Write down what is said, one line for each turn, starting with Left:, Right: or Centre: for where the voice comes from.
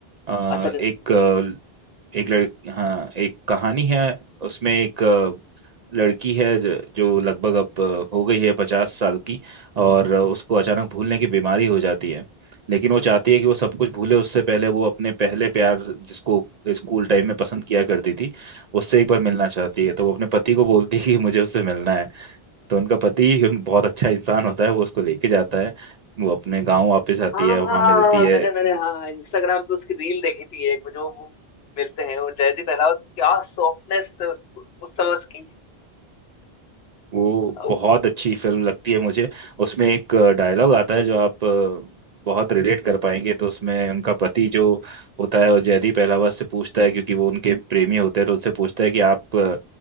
Right: अ,
Left: अच्छा अच्छा
Right: एक अ, एक लड़ हाँ एक कहानी है उसमें एक अ, लड़की है ज- जो लगभग अब अ, हो गई है पचास साल की और अ, उसको अचानक भूलने की बीमारी हो जाती है लेकिन वो चाहती है कि वो सब कुछ भूले उससे पहले वो अपने पहले प्यार जिसको स्कूल टाइम में पसंद किया करती थी उससे एक बार मिलना चाहती है तो वो अपने पति को बोलती है कि मुझे उससे मिलना है तो उनका पति उन बहुत अच्छा इंसान होता है वो उसको लेके जाता है वो अपने गांव वापस आती
Left: हाँ हाँ
Right: है वहां
Left: हाँ
Right: मिलती
Left: हाँ हाँ,
Right: है
Left: मैंने मैंने हाँ इंस्टाग्राम पे उसकी रील देखी थी एक जो वो मिलते हैं और जयदीप अहलावत क्या सॉफ्टनेस उस, उस समय उसकी
Right: वो
Left: ओ,
Right: बहुत अच्छी फिल्म लगती है मुझे उसमें एक डायलॉग आता है जो आप अ, बहुत रिलेट कर पाएंगे तो उसमें उनका पति जो होता है वो जयदीप अहलावत से पूछता है क्योंकि वो उनके प्रेमी होते हैं तो उनसे पूछता है कि आप अ,